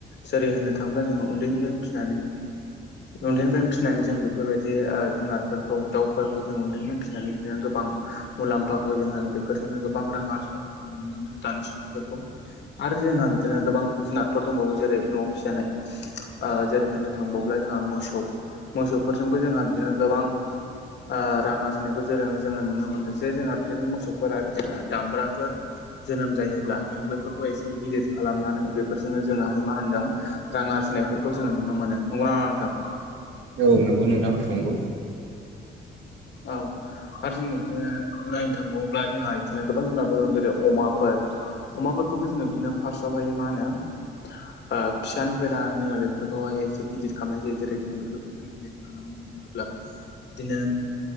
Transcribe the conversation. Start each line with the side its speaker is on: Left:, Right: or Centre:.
Left: जेरै होनो थां ब्ला जोङो उन्दैनिफ्रायनो फिसिनानै उन्दैनिफ्रायनो फिसिनानै जों बेफोरबायदि जुनारफोरखौ दाउफोरखौ जों उन्दैनिफ्रायनो फिसिनानै बिदिनो गोबां मुलाम्फाखौ जोङो बेफोरजोंनो गोबां रां आरजिनाय जों नुनो मोनो दानि सुबुंफोरखौ। आरो जोंहा बिदिनो गोबां जुनादफोर दंबावो जेरै न'आव फिसिजानाय। ओ जेरै होननो थांबाव्ला जोंहा मोसौ मोसौफोरजोंबो जोंहा बिदिनो गोबां ओ रां आरजिनायखौ जोङो नुनो मोनो जे जोंहा बिदिनो मोसौफोरा बिदिनो दामब्राफोर। जोनोम जायोब्ला जोङो बेफोरखौ एसे गिदिर खालामनानै बेफोरजोंनो जोाहाय मा होनदों रां आरजिनायफोरखौ जोङो नुनो मोनो नंगौ ना नङा नोंथां?
Right: औ नंगौ नोंथां नंगौ।
Left: औ। आरो जोङो बिदिनो नायनो थांबावोब्ला जोंहा बिदिनो गोबां जुनारफोर दं जेरै -अमाफोर अमाफोरखौबो जोङो बिदिनो फार्स्टआवहायो मा होनो ओ फिसानिफ्राय लानानै जोङो बे बेफोरखौहाय एसे गिदिर खालामनाय जायो जेरै जोङो बेफोरखौ बोरै गिदिर खालामो होनोब्ला बिदिनो